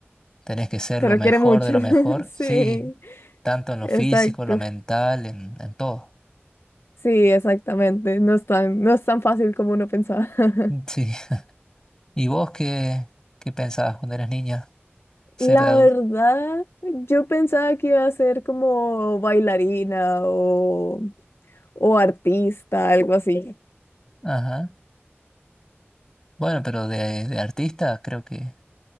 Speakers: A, on the left; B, on the left.
A: tenés que ser
B: se
A: lo
B: requiere
A: mejor
B: mucho,
A: de lo
B: <laughs>
A: mejor,
B: sí.
A: sí, tanto en lo
B: Exacto.
A: físico, en lo mental, en, en todo.
B: Sí, exactamente. No es tan, no es tan fácil como uno pensaba. <laughs>
A: Sí. <laughs> ¿Y vos qué, qué pensabas cuando eras niña? Ser
B: La
A: de adulto.
B: verdad, yo pensaba que iba a ser como bailarina o, o artista, algo así.
A: Ajá. Bueno, pero de, de artista creo que,